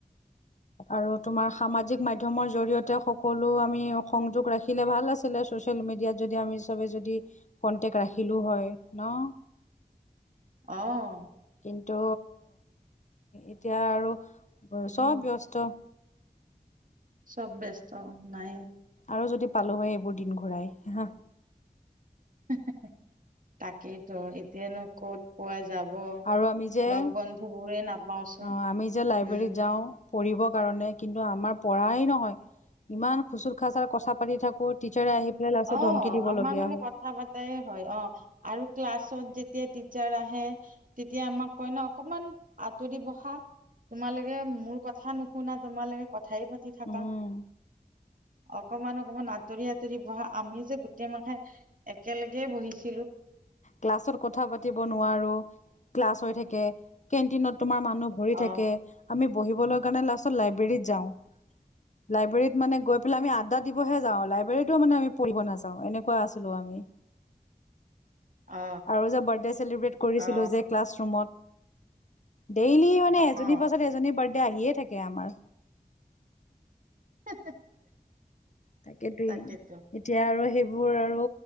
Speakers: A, on the left; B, on the right.
A: আৰু তোমাৰ সামাজিক মাধ্যমৰ জৰিয়তে সকলো আমি সংযোগ ৰাখিলে ভাল আছিলে চচিয়েল মিডিয়াত যদি আমি চবে যদি কন্টেক্ট ৰাখিলো হয় ন
B: অহ
A: কিন্তু এতিয়া আৰু
B: উম
A: চব ব্যস্ত
B: চব ব্যস্ত নাই
A: আৰু যদি পালো হয় এইবোৰ দিন ঘূৰাই হা
B: হু‌ হু তাকেতো এতিয়ানো ক'ত পুৱাই যাব
A: আৰু আমি যে
B: লগ বন্ধু বোৰে নাপাওচোন
A: অঁ আমি যে লাইব্ৰেৰীত
B: উম
A: যাওঁ পঢ়িবৰ কাৰণে কিন্তু আমাৰ পঢ়াই নহয় ইমান খুচুৰ খাচাৰ কথা পাতি থাকো টাৰ্চেট আহি পেলাই লাষ্টত
B: অ
A: ধমকি দিবলগীয়া
B: আমাৰ মানে
A: হয়
B: কথা পাতাই হয় অ আৰু ক্লাছত যে তেতিয়া টিচাৰ্ছ আহে তেতিয়া আমাক কয় ন অকনমান আঁতৰি বহা তোমালোকে মোৰ কথা নুশুনা তোমালোকে ক কথাই পাতি থাককা
A: উম
B: অকমান অকমান আঁতৰি আঁতৰি ‌ বহা আমি যে গোটেই মাথাই একেলগে বহিছো
A: ক্লাছত কথা পাতিব নোৱাৰো ক্লাছ হৈ থাকে কেনটিনত তোমাৰ মানুহ ভৰি
B: অ
A: থাকে আমি বহিবলৈ কাৰণে লাষ্টত লাইব্ৰেৰীত যাওঁ লাইব্ৰেৰীত মানে গৈ পেলাই আমি আদ্দ দিবহে য়াওলাইব্ৰেৰীতো মানে আমি পঢ়িব নাযাওঁ এনেকুৱা আছিলো আমি
B: অ
A: আৰু যে বাৰ্থডে চেলিব্ৰেট কৰিছিলো
B: অ
A: যে ক্লাছ ৰুমত ডেইলি মানে এজনীৰ
B: অ
A: পাছত এজনী বাৰ্থডে আহিয়ে থাকে আমাৰ
B: <unintelligible>
A: তাকেদেই
B: তাকেতো
A: এতিয়া আৰু সেইবোৰ আৰু